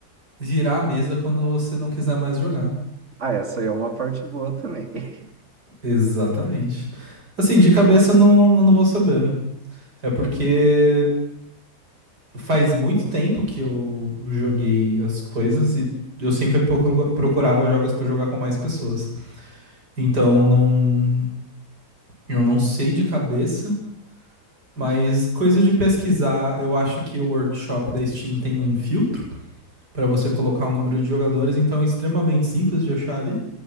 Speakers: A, on the right; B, on the right.
A: virar a mesa quando você não quiser mais jogar.
B: Ah, essa aí é uma parte boa também. <laughs>
A: Exatamente. Assim, de cabeça eu não, eu não vou saber. É porque faz muito tempo que eu joguei as coisas e eu sempre procu- procurava jogos pra jogar com mais pessoas. Então não, eu não sei de cabeça, mas coisa de pesquisar, eu acho que o workshop da Steam tem um filtro. para você colocar um número de jogadores, então é extremamente simples de achar ali.